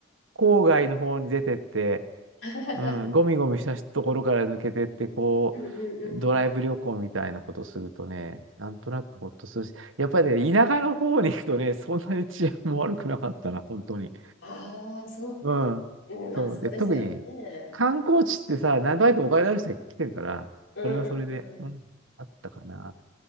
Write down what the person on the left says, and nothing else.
<laughs>
うん
うんうん。
ああ、そう。
うんまあ、
そうですよね。
うんうんう